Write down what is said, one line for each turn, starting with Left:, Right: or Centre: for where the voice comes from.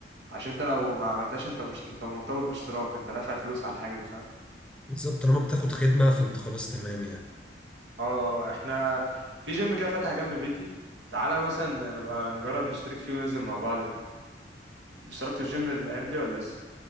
Right: عشان انت لو ما عملتهاش انت مش انت مرتبط باشتراك انت دافع فلوس على الحاجه دي فاهم
Centre: بالظبط طالما بتاخد خدمه فانت خلاص تمام يعني
Right: اه آه، آه، احنا في جيم كده فتح جنب بيتي تعالى مثلا نبقى نجرب نشترك فيه وننزل مع بعض اشتركت في الجيم الايام دي ولا لسه